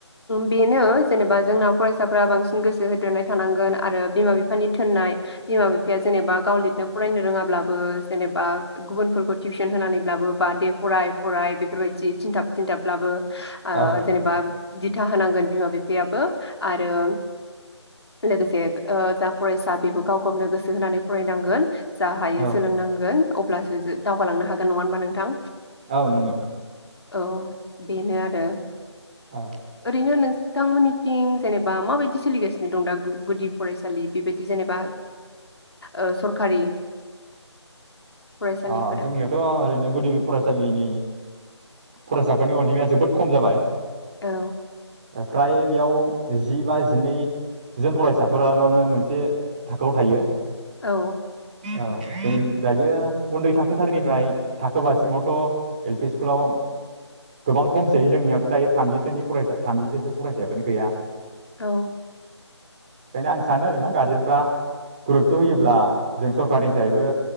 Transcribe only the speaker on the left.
बेनो जेनेबा जोंना फरायसाफोरा बांसिन गोसो होदेरनाय थानांगोन आरो बिमा बिफानि थिनाय बिमा बिफाया जेनेबा गाव लिरनो फरायनो रोङाब्लाबो जेनेबा गुबुनफोरखौ टिउसन होनानैब्लाबो बा दे फराय फराय बेफोरबायदि थिनथाब थिनथाबब्लाबो आ
जेनेबा दिथा होनांगोन बिमा बिफायाबो। आरो लोगोसे ओ जा फरायसा बेबो गाव गावनो गोसो होनानै फरायनांगोन। जा हायो
सोलोंनांगोन। अब्लासो जों दावगालांनो हागोन नङा होनबा नोंथां।
औ बेनो आरो।
एरैनो नोंथांमोननिथिं जेनेबा मााबायदि सोलिगासिनो दं दा गुदि फरायसालि बेबायदि जेनेबा ओ सरखारि फरायसालिफोरा
औ
औ
औ